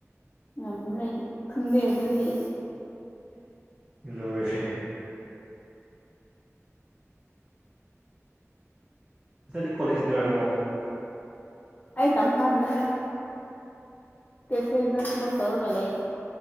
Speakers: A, on the left; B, on the right.
A: ꯉꯝꯗ꯭ꯔꯦ ꯈꯪꯗꯦ ꯑꯗꯨꯗꯤ
B: ꯂꯁꯦ ꯉꯗꯤ ꯀꯣꯂꯦꯖ ꯂꯣꯏꯔꯕꯣ
A: ꯑꯩ ꯇꯝ ꯐꯗ꯭ꯔꯦꯗ ꯀꯦꯦꯗ ꯆꯄ ꯇꯧꯔꯒꯂ ꯑꯩ